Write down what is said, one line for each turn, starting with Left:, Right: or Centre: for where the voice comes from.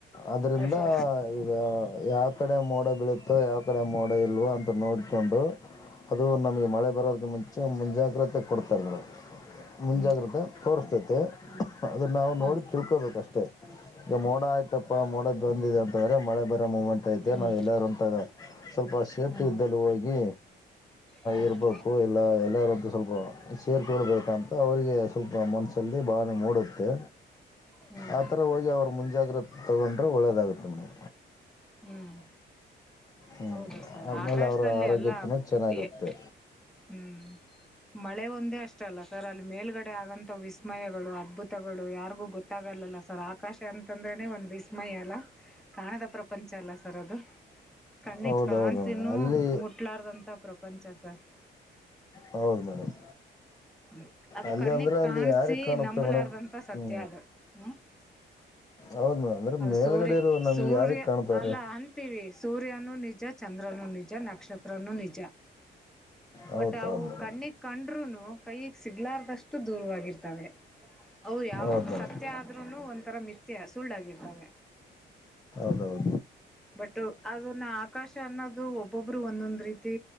Left: ಅದ್ರಿಂದ
Centre: ಸೊ
Left: ಈಗ ಯಾವ ಕಡೆ ಮೋಡ ಬೀಳುತ್ತೆ ಯಾವ್ ಕಡೆ ಮೂಡ ಇಲ್ವ ಅಂತ ನೋಡ್ಕೊಂಡು ಅದು ನಮಗೆ ಮಳೆ ಬರೋದಕ್ಕೆ ಮುಂಚೆ ಮುಂಜಾಗ್ರತೆ ಕೊಡ್ತಾರೆ ನದು ಮುಂಜಾಗ್ರತೆ
Centre: ಹ್ಮ್
Left: ತೋರಿಸ್ತೈತೆ
Centre: ಹ್ಮ್
Left: ಅದನ್ನ ನಾವು
Centre: ಹಾ
Left: ನೋಡಿ ತಿಳ್ಕೋಬೇಕಷ್ಟೆ ಈಗ ಮೋಡ ಆಯ್ತಪ್ಪ ಮೋಡ ಬಂದಿದೆ ಅಂತಂದ್ರೆ ಮಳೆ ಬರೋ ಮೂಮೆಂಟ್ ಐತೆ
Centre: ಹ್ಮ್
Left: ನಾವು ಎಲ್ಲರೂ ಅಂತಾಗ ಸ್ವಲ್ಪ ಸೇಫ್ಟಿ
Centre: ಹ್ಮ್
Left: ಇದ್ದಲ್ಲಿ ಹೋಗಿ
Centre: ಹ್ಮ್
Left: ಇರ್ಬೇಕು ಎಲ್ಲ ಎಲ್ಲಾರ ಸ್ ಸ್ವಲ್ಪ ಸೇರ್ಕೊಡ್ಬೇಕಂತ ಅವರಿಗೆ ಸ್ವಲ್ಪ ಮನಸ್ಸಲ್ಲಿ ಭಾವನೆ ಮೂಡುತ್ತೆ
Centre: ಹ್ಮ್
Left: ಆ ಥರ ಹೋಗಿ ಅವರು ಮುಂಜಾಗ್ರತೆ ತೊಗೊಂಡ್ರೆ ಒಳ್ಳೆಯದಾಗುತ್ತೆ ಮೇಡಮ್
Centre: ಹ್ಮ್
Left: ಹ್ಞೂ
Centre: ಹೌದು ಸರ್
Left: ಆಮೇಲೆ
Centre: ಆಕಾಶದಲ್ಲಿ
Left: ಅವರ ಆರೋಗ್ಯಕ್ಕೂ
Centre: ಎಲ್ಲ
Left: ಚೆನ್ನಾಗಿರುತ್ತೆ
Centre: ಎ ಹ್ಮ್ ಮಳೆ ಒಂದೇ ಅಷ್ಟ ಅಲ್ಲ ಸರ್ ಅಲ್ಲಿ ಮೇಲ್ಗಡೆ ಆಗಂತ ವಿಸ್ಮಯಗಳು ಅದ್ಭುತಗಳು ಯಾರಿಗೂ ಗೊತ್ತಾಗಲ್ಲಲ್ಲ ಸರ್ ಆಕಾಶ ಅಂತಂದ್ರೆನೆ ಒಂದ್ ವಿಸ್ಮಯ ಅಲ್ಲ ಕಾಣದ ಪ್ರ ಪ್ರಪಂಚ ಅಲ್ಲ ಸರ್ ಅದು ಕಣ್ಣಗ್
Left: ಹೌದೌದು
Centre: ಕಾಣಸಿನೂ
Left: ಅಲ್ಲಿ
Centre: ಮುಟ್ಲಾರ್ದಂತ ಪ್ರಪಂಚಾ ಸರ್
Left: ಹೌದು ಮೇಡಮ್
Centre: ಹ್ಮ ಅದು
Left: ಅಲ್ಲಿ
Centre: ಕಣ್ಣಗ್
Left: ಅಂದ್ರೆ ಅಲ್ಲಿ
Centre: ಕಾಣಸಿ
Left: ಯಾರಿಗೆ ಕಾಣುತ್ತೆ
Centre: ನಂಬಲಾರ್ದಂತ
Left: ಮೇಡಮ್
Centre: ಸತ್ಯ
Left: ಹ್ಞೂ
Centre: ಅದು ಹ್ಮ್
Left: ಹೌದು ಮೇಡಮ್ ಅಂದರೆ
Centre: ಅದು
Left: ಮೇಲ್ಗಡೆ
Centre: ಸೂರ್ಯ
Left: ಇರೋ ನಮ್ಗೆ
Centre: ಸೂರ್ಯ
Left: ಯಾರಿಗೆ ಕಾಣ್ತಾವ್ರಿ
Centre: ಅಲ್ಲ ಅಂತೀವಿ ಸೂರ್ಯನು ನಿಜ ನಿಜ ಚಂದ್ರನು ನಿಜ ನಕ್ಷತ್ರನು ನಿಜ
Left: ಹೌದು
Centre: ಬಟ್
Left: ಹೌದು
Centre: ಅವು
Left: ಮೇಡಮ್
Centre: ಕಣ್ಣಿಗ್ ಕಣ್ರನು ಕೈಗ್ ಸಿಗ್ಲಾರ್ದಷ್ಟು ದೂರವಾಗಿರ್ತವೆ ಅವರು ಯಾವ
Left: ಹೌದು ಮೇಡಮ್
Centre: ಸತ್ಯ ಆದ್ರರುನು ಒಂಥರ ಮಿಥ್ಯ ಸುಳ್ಳಾಗಿರ್ತಾವ
Left: ಹದೌದು
Centre: ಬಟ್ ಅದನ್ನ ಆಕಾಶ ಅನ್ನೋದು ಒಬ್ಬೊಬ್ರು ಒಂದೊಂದ್ ರೀತಿ